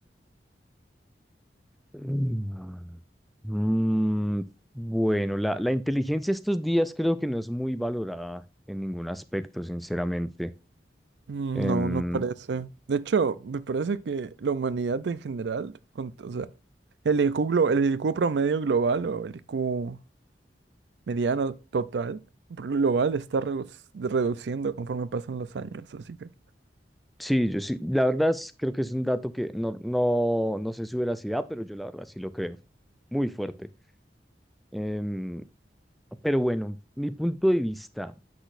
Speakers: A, in the centre; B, on the right.
A: mm, mm, bueno, la, la inteligencia estos días creo que no es muy valorada en ningún aspecto, sinceramente.
B: No,
A: Em,
B: no parece. De hecho, me parece que la humanidad en general, con- o sea, el IQ, glo- el IQ promedio global o el IQ mediano total global está redu- reduciendo conforme pasan los años, así que.
A: sí, yo sí, la verdad es- creo que es un dato que no, no, no sé su veracidad, pero yo la verdad sí lo creo. Muy fuerte. Em, pero bueno, mi punto de vista